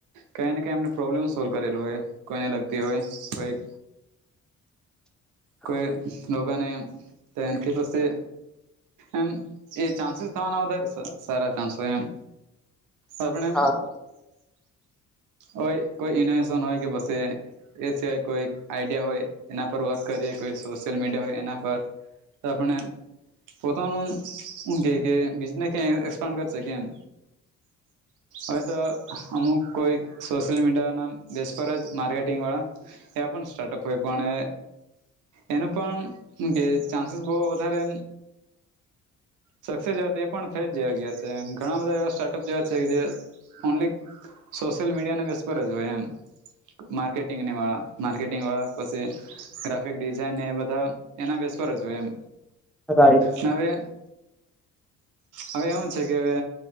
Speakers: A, on the right; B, in the centre.
A: કંઇ ને કંઈ એમને પ્રોબ્લેમ સોલ્વ કરેલુ હોય. કોઈને લગતી હોય કોઈક
B: <inaudible>
A: કોઈ લોકોને તો એન કે લોસે એમ એ ચાન્સીસ થવાના વધારે સારા ચાન્સ હોય એમ. આપણે
B: હા
A: હોય,. કોઈ ઇનોવેશન હોય કે બસ એ એ સિવાય કોઈ આઈડિયા હોય, એના પર વર્ક કરીએ. કોઈ સોશિયલ મીડિયા હોય, એના પર તો આપણે પોતાનું હું કેય કે બીજનેસ કે એક્સપાન્ડ કરી શકીએ એમ. અવે તો અમુક કોઈ સોશિયલ મીડિયાના બેસ પર જ માર્કેટિંગવાળા એ પણ સ્ટાર્ટઅપ હોય પણ એ એનો પણ એમ કે ચાંસીસ બો વધારે સક્સેસ જેવા તો એ પણ થઈ જ જેવા ગયા છે એમ. ઘણા બધા એવા સ્ટાર્ટઅપ જેવા છે, કે જે ઓન્લી, સોશિયલ મીડિયાને બેસ પર જ હોય એમ. માર્કેટિંગને વાળા, માર્કેટિંગવાળા પછી ગ્રાફિક ડિઝઇનને એ બધા એના બેસ પર જ હોય એમ.
B: રાઈટ.
A: હવે? હવે, એવું છે કે હવે,